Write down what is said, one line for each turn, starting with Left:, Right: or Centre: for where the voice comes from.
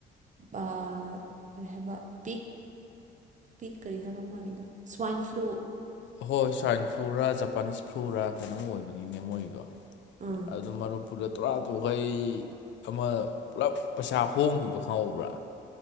Right: ꯑꯥ ꯀꯔꯤ ꯍꯥꯏꯕ ꯄꯤꯛ ꯄꯤꯛ ꯀꯔꯤ ꯍꯥꯏꯕ ꯃꯥꯒꯤꯗꯣ ꯁ꯭ꯋꯥꯏꯟ ꯐ꯭ꯂꯨ꯫
Left: ꯑꯍꯣꯏ ꯁ꯭ꯋꯥꯏꯟ ꯐ꯭ꯂꯨꯔꯥ ꯖꯄꯥꯅꯤꯁ ꯐ꯭ꯂꯨꯔꯥ ꯀꯩꯅꯣꯝ ꯑꯣꯏꯕꯅꯤꯅꯦ ꯃꯣꯏꯒꯤꯗꯣ
Right: ꯑꯥ
Left: ꯑꯗꯨ ꯃꯔꯨꯞ ꯄꯨꯔ ꯇꯣꯔꯥ ꯇꯨꯈꯩ ꯑꯃ ꯄꯨꯂꯞ ꯄꯩꯁꯥ ꯍꯣꯡꯈꯤꯕꯗꯣ ꯈꯪꯍꯧꯕ꯭ꯔꯥ